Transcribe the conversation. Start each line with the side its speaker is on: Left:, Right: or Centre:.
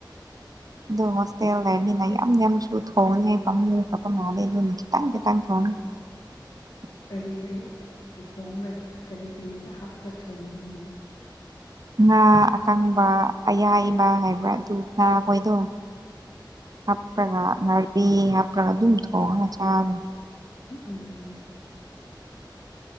Right: ꯑꯗꯣ ꯍꯣꯁꯇꯦꯜ ꯂꯩꯕꯅꯤꯅ ꯌꯥꯝ ꯌꯥꯝꯁꯨ ꯊꯣꯡꯅꯤꯉꯥꯏ ꯄꯥꯝꯃꯨꯕ ꯄꯝ ꯃꯥꯜꯂꯦ ꯑꯗꯨꯅ ꯈꯤꯇꯪ ꯈꯤꯇꯪ ꯊꯣꯡꯉ <inaudible>
Left: ꯀꯔꯤ ꯀꯔꯤ ꯊꯣꯡꯉꯩꯠ ꯀꯔꯤ ꯀꯔꯤꯒ ꯍꯥꯞꯄꯒ ꯊꯣꯡꯕꯅꯣ
Right: ꯉꯥ ꯑꯀꯪꯕ ꯑꯌꯥꯏꯕ ꯍꯥꯏꯕ꯭ꯔꯥ ꯑꯗꯨ ꯉꯥꯈꯣꯏꯗꯣ ꯍꯥꯞꯄ꯭ꯔꯒ ꯉꯥꯔꯤ ꯍꯥꯞꯄ꯭ꯔꯒ ꯑꯗꯨꯝ ꯊꯣꯡꯉꯒ ꯆꯥꯕꯦ
Left: ꯎꯝ ꯎꯝ